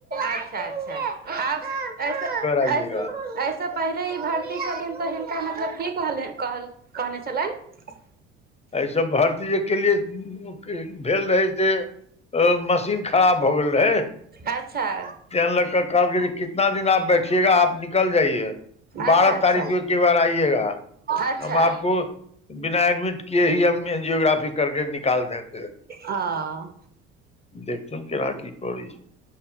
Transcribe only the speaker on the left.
आइएगा
एहिसभ भरतीजे के लिए भेल रहै से मशीन ख खराब भऽ गेल रहै तै
लकअ कहलकिन कि कितना दिन आप बैठियएगा आप निकल जाइए बारह
तारीखके एक्के बार आइएगा
हम आपको बिना एडमिट इही अमे जे जोग्रफ करके निकाल देंगे
देखथुन केना की करै छै